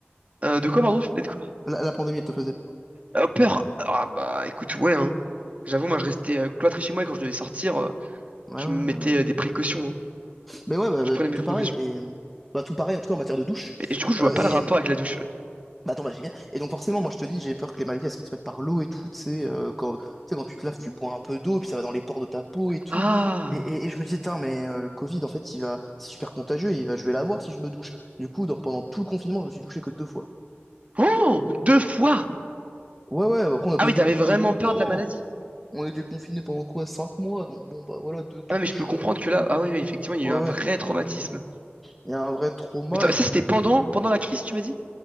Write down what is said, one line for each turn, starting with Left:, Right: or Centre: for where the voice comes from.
Right: Euh, de quoi, pardon? Je parlais de quoi?
Centre: La, la pandémie, elle te faisait peur?
Right: Euh, peur. Ah bah écoute, ouais, hein. J'avoue, moi je restais euh, cloîtré chez moi et quand je devais sortir, euh,
Centre: Ouais,
Right: je
Centre: ouais,
Right: me mettais
Centre: ouais.
Right: euh, des
Centre: ouais.
Right: précautions, hein.
Centre: Mais ouais, bah,
Right: Je
Centre: bah,
Right: prenais mes
Centre: tout
Right: précautions.
Centre: pareil. Et bah, tout pareil, en tout cas en matière de douche.
Right: Mais du coup, je vois
Centre: Euh,
Right: pas
Centre: et
Right: le rapport avec la douche.
Centre: bah, attends, bah, j'ai bien. Et donc forcément, moi je te dis, j'ai peur que les maladies elles se transmettent par l'eau et tout. Tu sais, euh, quand, tu sais, quand tu te laves, tu bois un peu d'eau, puis ça va dans les pores de ta peau et tout.
Right: Ah!
Centre: Et, et- et je me disais, tiens, mais euh, le Covid, en fait, il va, c'est super contagieux et il va, je vais l'avoir si je me douche. Du coup, dans- pendant tout le confinement, je me suis douché que deux fois.
Right: Oh! Deux fois!
Centre: Ouais, ouais, après, on n'a
Right: Ah
Centre: pas
Right: oui,
Centre: été
Right: t'avais
Centre: confinés
Right: vraiment
Centre: longtemps.
Right: peur de la maladie.
Centre: On a été confinés pendant quoi? Cinq mois. Donc bon, bah voilà, deux douches.
Right: Ah mais je peux comprendre
Centre: euh,
Right: que là, ah oui, oui, effectivement, il y
Centre: Ouais,
Right: a eu un
Centre: ouais.
Right: vrai traumatisme.
Centre: Il y a un vrai trauma.
Right: Mais attends,
Centre: Et
Right: ça,
Centre: puis
Right: c'était
Centre: depuis.
Right: pendant, pendant la crise, tu m'as dit?